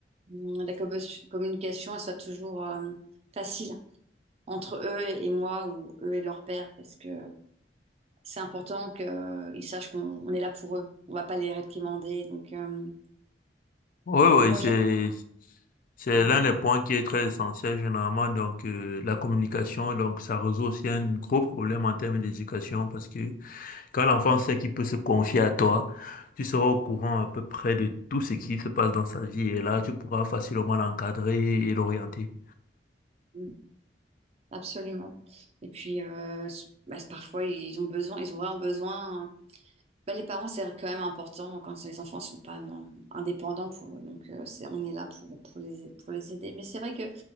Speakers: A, on the right; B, on the left.
A: hum, la commu- communication elle soit toujours euh, facile entre eux et moi ou eux et leur père parce que c'est important qu'ils sachent qu'on on est là pour eux. On va pas les réprimander. Donc, euh,
B: Oui,
A: donc
B: oui,
A: moi,
B: c'est,
A: j'aime.
B: c'est
A: Mm,
B: l'un des points qui est très essentiel généralement. Donc, euh, la communication, donc, ça résout aussi un gros problème en termes d'éducation parce que quand l'enfant sait qu'il peut se confier à toi, tu seras au courant à peu près de tout ce qui se passe dans sa vie et là, tu pourras facilement l'encadrer et l'orienter.
A: mm, Absolument. Et puis, euh, s- bah, c'est- parfois, ils ont besoin, ils ont vraiment besoin. hein. Bah, les parents, c'est quand même important quand les enfants sont pas non, indépendants pour eux. Donc, euh, c'est, on est là pour, pour les, pour les aider. Mais c'est vrai que